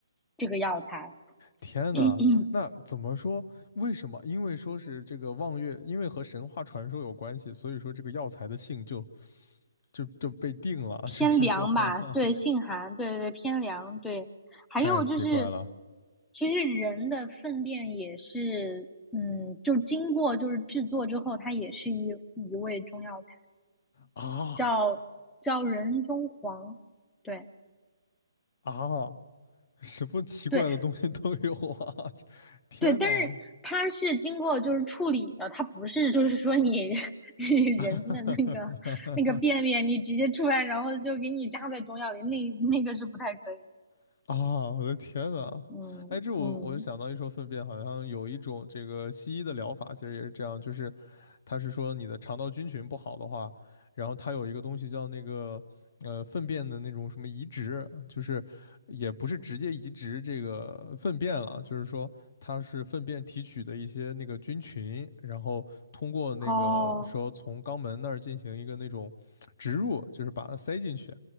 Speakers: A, in the centre; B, on the left.
A: 这个药材。
B: 天呐，
A: 嗯，
B: 那怎么说？为什么？因为说是这个望月，因为和神话传说有关系，所以说这个药材的性就就就被定了，<laughs>
A: 偏凉吧，
B: 就是说，<laughs> 哈哈，
A: 对，性寒，对对对，偏凉，对。还有就是，
B: 太奇怪了。
A: 其实人的粪便也是，嗯，就经过就是制作之后，它也是一一味中药材。
B: 啊
A: 叫叫人中黄，对
B: 啊，什么奇怪的东西都有啊！
A: 对
B: <laughs> 天哪！
A: 对，但是它是经过就是处理的，它不是就是说你 <laughs> 你人的那个
B: <laughs>
A: 那个便便你直接出来，然后就给你加在中药里，那那个是不太可以。
B: <laughs> 啊，我的天呐！
A: 嗯嗯，
B: 哎，这我我就想到一说粪便，好像有一种这个西医的疗法，其实也是这样，就是它是说你的肠道菌群不好的话，然后它有一个东西叫那个呃粪便的那种什么移植，就是也不是直接移植这个粪便了，就是说它是粪便提取的一些那个菌群，然后通过那个说从肛门那儿进行一个那种植入，
A: 哦
B: 就是把它塞进去，